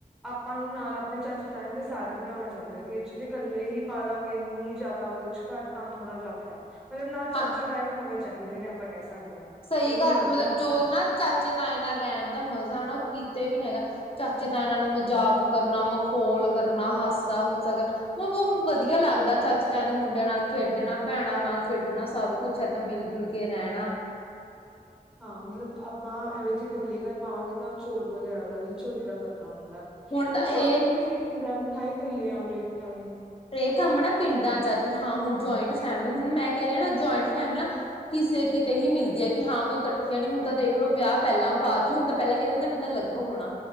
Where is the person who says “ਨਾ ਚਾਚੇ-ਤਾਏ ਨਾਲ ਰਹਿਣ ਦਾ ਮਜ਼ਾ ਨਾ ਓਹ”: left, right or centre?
Left